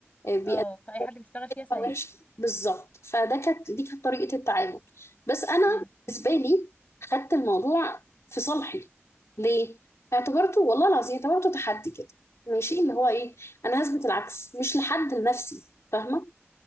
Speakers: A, on the left (about 75°); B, on the left (about 35°).
A: آه، بيقدمها
B: اه فاي حد بيشتغل فيها سيء
A: وحش بالظبط فده كانت دي كانت طريقه التعامل بس انا
B: امم
A: بالنسبه لي خدت الموضوع في صالحي ليه اعتبرته والله العظيم اعتبرته تحدي كده ماشي اللي هو ايه انا هثبت العكس مش لحد لنفسي فاهمه